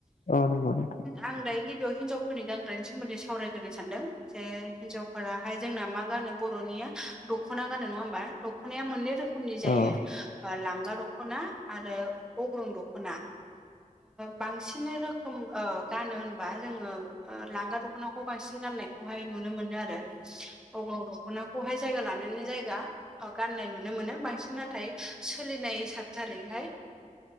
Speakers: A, on the left; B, in the centre.
A: औ नंगौ नोंथां
B: आं दायो गिबियाव हिनजावफोरनि गानग्रानि सोमोन्दै सावरायग्रो सानदों। जे हिनजावफोराहाय जोंना मा गानो बर'निया दख'ना गानो नङा होमबा दख'नाया मोननै रोखो खनि जायो
A: औ
B: लांगा दख'ना आरो अग्रं दख'ना
A: <inaudible>
B: बांसिन रोखोम गानो होनबा जोङो लांगा दख'नाखौ बांसिन गाननाय खौहाय नुनो मोनो आरो अग दख'नाखौहाय जायगा लानायनि जायगा औ गाननाय नुनो मोनो बांसिन नाथाय सोलिनाय साबथारैहाय